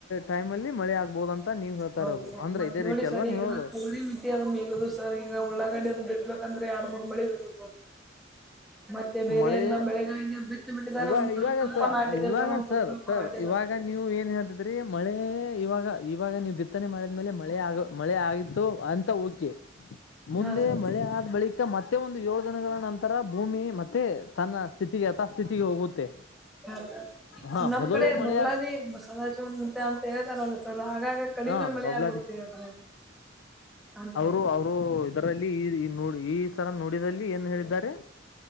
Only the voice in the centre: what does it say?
ಹೌದ
ಸರ್
ಮತ್
ನೋಡಿ
ಸರ್
ಈಗ
ತವರಿ ಮಿತಿ ಅದು ಮಗುದು ಸರ್ ಈಗ ಈಗ ಉಳ್ಳಂಗಡ್ಡಿ ಅದ ಬಿಟ್ಬೇಕಂದ್ರೆ ಹಣ ಮುರ್ ಬಳಿ ಬೇಕು ಮತ್ತೆ ಬೇರೆ
ಎಲ್ಲಾ ಬೆಳೆಗಳಿಗೆ ಬಿಟ್ಟು ಬಿಟ್ಟಿದಿದ್ದಾರೆ
ಒಂದ್ಸಲಲ್
ಸ್ವಲ್ಪ
ನಾಟ ಇಿದೆ
ಸರ್ ಒಂದ್ವಲ್ಪ ಸ್ವಲ್ಪ
ನಾಟಲ್ಲ
ಹಾ ಸರ್
ಹ
ನಮ್
ಕಡೆ
ಬೋಗಲಾದಿ ಸದಾಜ ಅಂತ ಹೇಳ್ತಾರಲ್ಲ ಸರ್ ಆಗಾಗ ಕಡಿಮೆ
ಮಳೆ
ಆಗುತ್ತೆ ಆದ್ರೆ ಅಂತ
ಹೇಳಿ